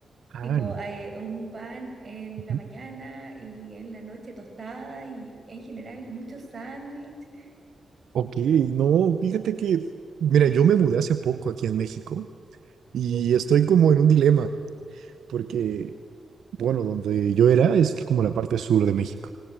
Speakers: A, on the right (about 80°); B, on the right (about 40°).
A: Ah,
B: Tipo,
A: no,
B: eh, un pan en la
A: ujú.
B: mañana y en la noche tostada y en general muchos sándwiches.
A: Ok, no, fíjate que, mira, yo me mudé hace poco aquí en México y estoy como en un dilema porque bueno, donde yo era, es como la parte sur de México.